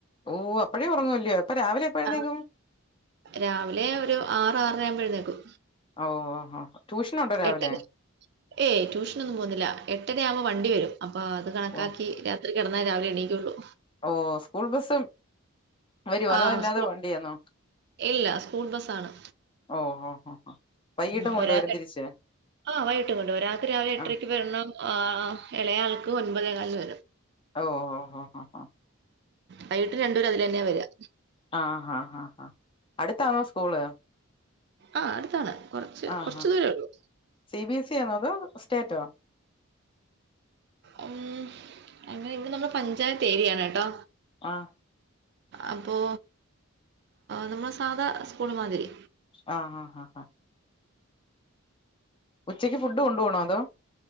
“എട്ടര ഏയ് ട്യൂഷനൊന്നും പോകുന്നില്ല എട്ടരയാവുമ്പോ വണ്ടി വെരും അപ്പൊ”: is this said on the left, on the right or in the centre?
Right